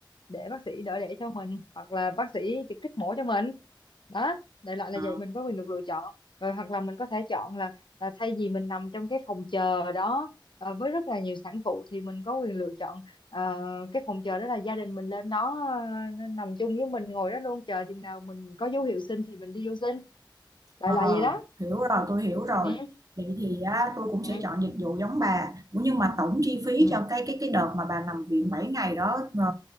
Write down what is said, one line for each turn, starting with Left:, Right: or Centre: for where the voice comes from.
Left: để bác sĩ đỡ đẻ cho mình hoặc là bác sĩ trực tiếp mổ cho mình đó đại loại
Right: Ờ.
Left: là vậy mình có quyền được lựa chọn rồi hoặc là mình có thể chọn là, là thay vì mình nằm trong cái phòng chờ đó ờ, với rất là nhiều sản phụ thì mình có quyền lựa chọn ờ, cái phòng chờ đó là gia đình mình lên đó ờ, nằm chung với mình ngồi đó luôn chờ chừng nào mình có dấu hiệu sinh thì mình đi vô sinh đại
Right: Ờ,
Left: loại vậy đó
Right: hiểu rồi, tôi hiểu rồi.
Left: ừ
Right: Vậy thì á, tôi cũng
Left: ừ
Right: sẽ chọn dịch vụ giống bà. Ủa nhưng mà tổng chi phí
Left: ừ
Right: cho cái cái cái đợt mà bà nằm viện 7 ngày đó ờ,